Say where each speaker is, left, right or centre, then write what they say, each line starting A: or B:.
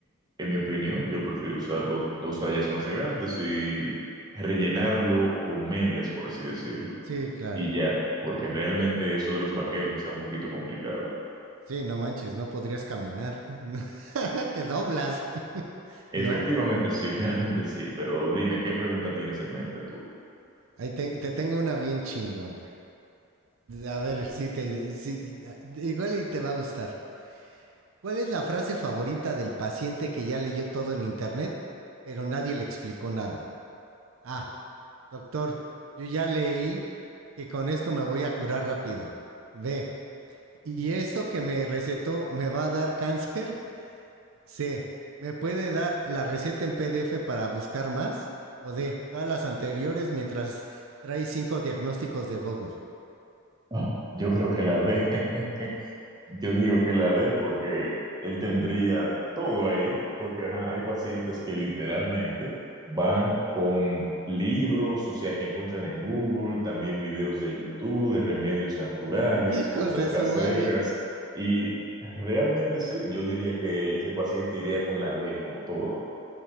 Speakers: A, on the right; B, on the right.
A: en mi opinión, yo prefiero usar do- dos tallas más grandes y rellenarlo con medias, por así decirlo.
B: Sí, claro.
A: Y ya, porque realmente eso de los vaqueros está un poquito complicado.
B: Sí, no manches, no podrías caminar. <laughs> Te doblas, <laughs>
A: Efectivamente
B: ¿no?
A: sí, <laughs> realmente sí, pero dime, ¿qué pregunta tienes en mente tú?
B: Ahí te, te tengo una bien chingona. A ver, si te, si- igual y te va a gustar. ¿Cuál es la frase favorita del paciente que ya leyó todo en internet, pero nadie le explicó nada? ah, doctor, yo ya leí que con esto me voy a curar rápido. B, ¿y esto que me recetó me va a dar cáncer? <laughs> C, ¿me puede dar la receta en PDF para buscar más? O D, todas las anteriores mientras trae cinco diagnósticos de Google.
A: Ah, yo creo que la de... <laughs> Yo digo que la D, porque él tendría
B: Mm,
A: todo ahí, porque ajá, hay pacientes que literalmente van con libros, o sea, que encuentran en Google, también videos de YouTube, de remedios naturales,
B: Hijos
A: cosas
B: de
A: caseras,
B: su madre.
A: y realmente sí, yo diría que ese paciente iría con la D, con todo.